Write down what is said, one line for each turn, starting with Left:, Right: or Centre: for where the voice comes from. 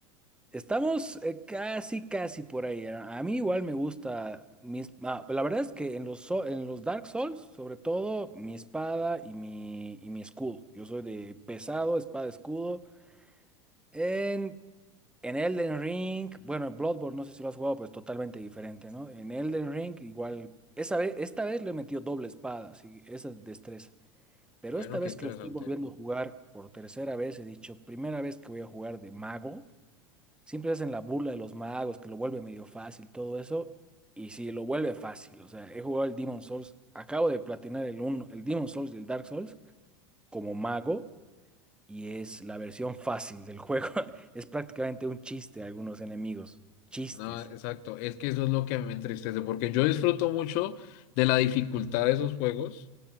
Centre: Estamos eh, casi, casi por ahí. A a mí igual me gusta mis... ah, la verdad es que en los, so- en los Dark Souls, sobre todo, mi espada y mi, y mi escudo. Yo soy de pesado, espada, escudo. En, en Elden Ring, bueno, en Bloodborne, no sé si lo has jugado, pues totalmente diferente, ¿no? En Elden Ring, igual, esa vez, esta vez le he metido doble espada, así, esa destreza. Pero
Left: Bueno,
Centre: esta vez
Left: qué interesante.
Centre: que lo estoy volviendo a jugar por tercera vez, he dicho, primera vez que voy a jugar de mago, siempre hacen la burla de los magos, que lo vuelve medio fácil, todo eso, y sí, lo vuelve fácil, o sea, he jugado el Demon Souls, acabo de platinar el uno el Demon Souls y el Dark Souls como mago y es la versión fácil del juego. <laughs> Es prácticamente un chiste a algunos enemigos. Chistes.
Left: No, exacto. Es que eso es lo que a mí me entristece, porque yo disfruto mucho de la dificultad de esos juegos